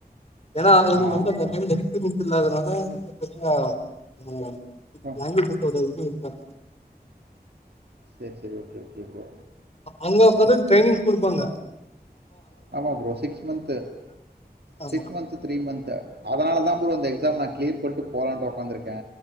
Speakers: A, on the left; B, on the right.
A: ஏனா எங்குவந்த
B: ஆ
A: அந்த
B: ஆ
A: டைம் எக்ஸ்பிரியன்ஸ் இல்லாதனால ரொம்ப பெரிய உ
B: ஆ
A: லாங்குவேஜஸ் தோட இது ம்
B: சரி சரி ஓகே ஓகே ப்ரோ
A: அங்க உக்காந்து ட்ரைனிங் கொடுப்பாங்க
B: ஆமா ப்ரோ சிக்ஸ் மந்த்த்
A: ஆமா
B: சிக்ஸ் மந்த்த் த்ரீ மந்த் அதனால தான் ப்ரோ இந்த எக்ஸாம் கிளீர் பண்ட்டு போலான்ட்டு உட்காந்துருக்கே